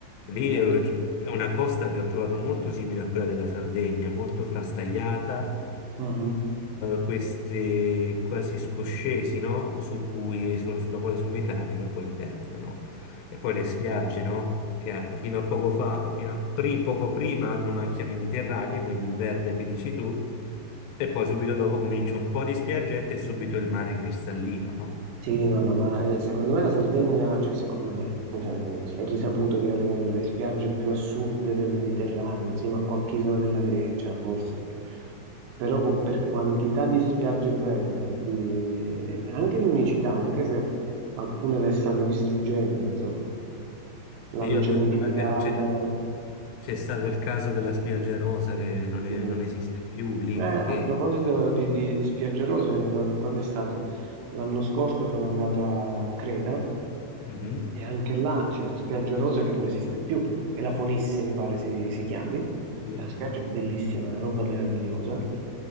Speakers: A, on the left (about 85°); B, on the right (about 80°).
A: lì
B: è molto
A: ho-
B: bello.
A: è una costa che ho trovato molto simile a quella della Sardegna, molto frastagliata,
B: Mhm.
A: eh, queste quasi scoscesi, no? Su cui, su- sulla quale su metà arriva poi il verde, no? E poi le spiagge, no? Che eh, fino a poco fa, fino a pri- poco prima hanno macchia mediterranea, quindi il verde che dici tu, e poi subito dopo comincia un po' di spiaggette e subito il mare cristallino, no?
B: Sì, no, no, ma eh, secondo me la Sardegna, cioè secondo me, cioè, cioè, è risaputo che ha le, le spiagge più assurde del Mediterraneo, insieme a qualche isola della Grecia, forse. Però con- per quantità di spiagge belle e di- e anche l'unicità, anche se alcune le stanno distruggendo, insomma, l'hanno
A: E io
B: cementificata.
A: avevo, cioè, C'è stato il caso della spiaggia rosa che non, è-
B: Sì.
A: non esiste più lì
B: Eh,
A: perché...
B: a proposito di, di, di spiagge rose, l'an- quando è stato? L'anno scorso sono andato a Creta
A: Mhm,
B: e anche là c'è una spiaggia rosa che non esiste più, è la Fonissi mi pare si, si chiami,
A: sì.
B: è una spiaggia bellissima, una roba meravigliosa,